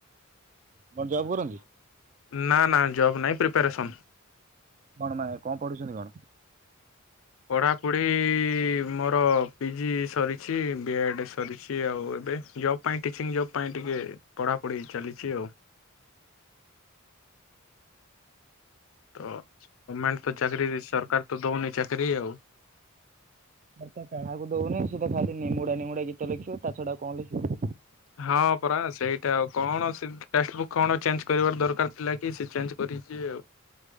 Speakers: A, on the right (about 35°); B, on the left (about 65°).
A: କଣ ଜବ୍ କରନ୍ତି?
B: ନା ନା ଜବ୍ ନାହିଁ ପ୍ରିପାରେସନ୍
A: କଣ ମାନେ କଣ ପଢ଼ୁଛନ୍ତି କଣ?
B: ପଢ଼ାପଢ଼ି ମୋର ପିଜି ସରିଛି ବି ଏଡ଼୍ ସରିଛି ଆଉ ଏବେ ଜବ୍। ପାଇଁ ଟିଚିଂ ଜବ୍ ପାଇଁ ଟିକେ ପଢ଼ାପଢ଼ି ଚାଲିଛି ଆଉ। ତ ଗଭଣମେଣ୍ଟ ତ
A: ଆଉ
B: ଚାକିରୀ
A: ଆପଣ ଖାଇସାରିଲେଣି?
B: ସରକାର ତ ଦଉନି ଚାକିରରି ଆଉ।
A: ର ତ କାହା ଦଉନି ତ ଖାଲି ନିମୁଡ଼ା ନିମୁଡ଼ା ଗୀତ ଲେଖିବ ତା ଛଡା କଣ ଲେଖିବ କି।
B: ହଁ ପରା ସେଇଟା ଆଉ କଣ ସେ ଟେକ୍ସଟ ବୁକ୍ କଣ ଚେଞ୍ଜ କରିବାର ଦରକାର ଥିଲା କି ସେ ଚେଞ୍ଜ କରିଛି ଆଉ।